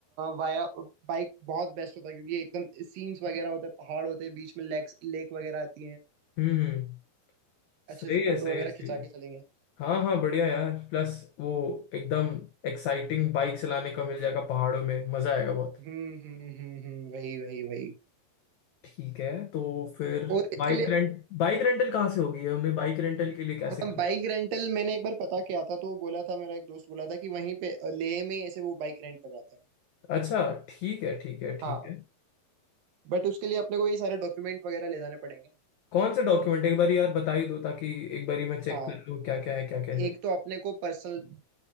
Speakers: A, on the right (about 70°); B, on the left (about 80°).
A: वाया बाइक बहुत बेस्ट होता है क्योंकि एकदम सीन्स वगैरह होते हैं पहाड़ होते हैं बीच में लेक्स लेक वगैरह आती हैं
B: हम्म हम्म
A: अच्छे
B: सही
A: से
B: है
A: फोटो
B: सही
A: वगैरह
B: है सही
A: खिंचा
B: है
A: के चलेंगे
B: हाँ हाँ बढ़िया यार प्लस वो एकदम एक्साइटिंग बाइक चलाने का मिल जाएगा पहाड़ों में मजा आएगा बहुत
A: हम्म हम्म हम्म हम्म, वही वही वही
B: ठीक है तो फिर
A: और इसके
B: बाइक
A: लिए
B: रेंट बाइक रेंटल कहाँ से होगी हमें बाइक रेंटल के लिए कैसे
A: हम
B: करना
A: बाइक रेंटल मैंने एक बार पता किया था तो वो बोला था मेरा एक दोस्त बोला था कि वहीं पे अ, लेह में ही ऐसे वो बाइक रेंट करवाते हैं
B: अच्छा ठीक है ठीक है ठीक
A: हाँ
B: है
A: बट उसके लिए अपने को ये सारे डॉक्यूमेंट वगैरह ले जाने पड़ेंगे
B: कौन सा डॉक्यूमेंट एक बार यार बता ही दो ताकि एक बार मैं चेक
A: हाँ
B: कर लूँ क्या क्या है क्या क्या नहीं
A: एक तो अपने को पर्सनल